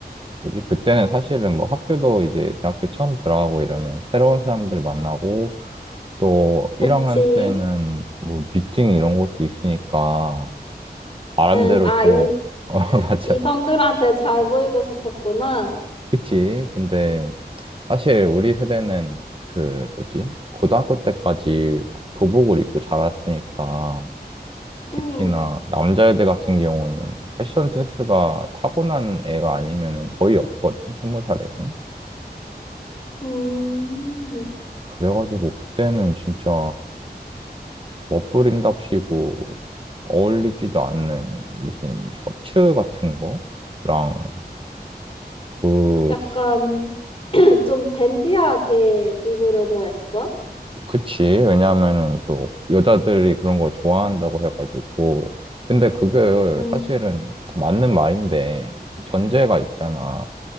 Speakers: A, on the right; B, on the left.
A: 뭐지? 그때는 사실은 뭐 학교도 이제 대학교 처음 들어가고 이러면 새로운 사람들 만나고 또
B: 그치.
A: 1학년 때는 뭐 미팅 이런 것도 있으니까 나름대로
B: 응, 아,
A: 또,
B: 이,
A: <laughs> 어, 맞아,
B: 이성들한테
A: 맞아.
B: 잘 보이고 싶었구나.
A: 그치? 근데 사실 우리 세대는 그 뭐지? 고등학교 때까지 교복을 입고 자랐으니까 특히나
B: 응,
A: 남자애들 같은 경우는 패션 센스가 타고난 애가 아니면 거의 없거든, 스무 살에는.
B: 음,
A: 그래가지고 그때는 진짜 머플인답시고 어울리지도 않는 무슨 셔츠 같은 거랑 그
B: 약간 <clears throat> 좀 댄디하게 입으려고 했어?
A: 그치 왜냐하면은 또 여자들이 그런 거 좋아한다고 해가지고 근데 그게
B: 음.
A: 사실은 맞는 말인데 전제가 있잖아